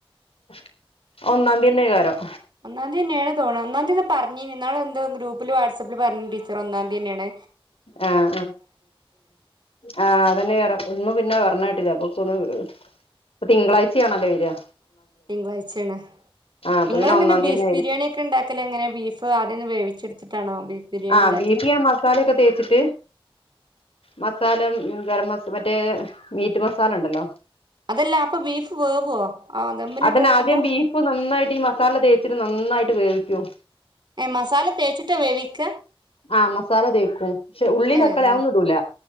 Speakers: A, on the left; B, on the right.
A: <unintelligible> ഒന്നാം തീയന്നെ കേറും
B: ഒന്നാം തീയന്ന്യാണ് തോണൂ ഒന്നാം തീയതി പറഞ്ഞി ഇന്നാള് എന്തോ ഗ്രൂപ്പ് ഇപ്പ വാട്സാപ്പിൽ പറഞ്ഞു ടീച്ചർ ഒന്നാംതീയന്നെയാണ്
A: ആഹ് ആഹ് ആ അതന്നെ വേറ ഒന്നും പിന്നെ പറഞ്ഞ കേട്ടില്ലാപ്പൊ <unintelligible> തിങ്കളാഴ്ചയാണല്ലേ വരാ
B: തിങ്കളാഴ്ചയാണ്
A: അപ്പൊ
B: നിങ്ങളെങ്ങനെ
A: പിന്നെ ഒന്നാം
B: ബീഫ്
A: തീയതി തന്നെ ആയിരിക്കും
B: ബിരിയാണി ഒക്കെ ഉണ്ടാക്കലെങ്ങനെ ബീഫ് <unintelligible> ആദ്യൊന്ന് വേവിച്ചെടുത്തിട്ടാണോ ബീഫ് ബിരിയാണി
A: ആഹ്
B: ഉണ്ടാക്കല്
A: ബീഫ് ഞാൻ മസാലൊക്കെ തേച്ചിട്ട് മസാല ഗരം മസാ മറ്റേ മീറ്റ് മസാല ഉണ്ടല്ലോ
B: അതല്ല അപ്പൊ ബീഫ് വേവുവോ ആ ദമ്മിലിട്ട്
A: അതിന്
B: വെക്കുമ്പോ
A: ആദ്യം ബീഫ് നന്നായിട്ട് ഈ മസാല തേച്ചിട്ട് നന്നായിട്ട് വേവിക്കും
B: മസാല തേച്ചിട്ട വേവിക്ക
A: ആ മസാല തേക്കും പക്ഷെ ഉള്ളി
B: ഏ
A: തക്കാളി
B: ഞ-
A: ആതൊന്നും ഇടൂല